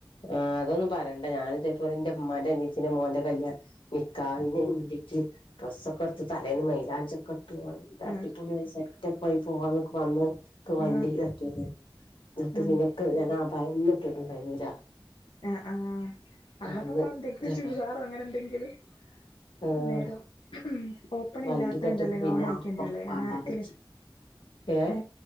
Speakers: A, on the left; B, on the left.
A: ആഹ് അതൊന്നും പറേണ്ട ഞാനിതേപൊലെ എറെ മ്മാന്റെ അനിയത്തിന്റെ മോന്റെ കല്യാണം നികാഹിന് വേണ്ടിറ്റ് ഡ്രസ്സ്‌ ഒക്കെ ഇട്ത്ത് തലേൽ മൈലാഞ്ചി ഒക്കെ
B: ആഹ്
A: ടിപൊളിയായി സെറ്റപ്പായി പോകാനികുമ്പോ അന്ന് ക്ക്
B: ആഹ്
A: വണ്ടി തട്ടിയത് എന്നിട്ട്
B: ആഹ്
A: പിന്നെ ക്ക് ഞാൻ അഭായൊന്നിട്ടിട്ട്ണ്ടായ്‌ന്നില്ല
B: ആ ആ അന്നപ്പമ്മള്
A: അന്ന്
B: എന്തെക്കും
A: ഇതേപോലെ
B: ചുരിദാറും അങ്ങനെ എന്തെങ്കിലും
A: ആഹ്
B: അന്നേരം ഓപ്പൺ
A: വണ്ടി
B: ഇല്ലാത്തത്ണ്ടല്ലേ
A: തട്ടിയപ്പോ
B: ഗോൺ
A: പിന്നെ
B: ആയിക്കണ്ടള്ളേ
A: ഒപ്പം വേണ്ടാന്ന്
B: ആനാർക്കല്
A: വെച്ച് ഏഹ്
B: ഏ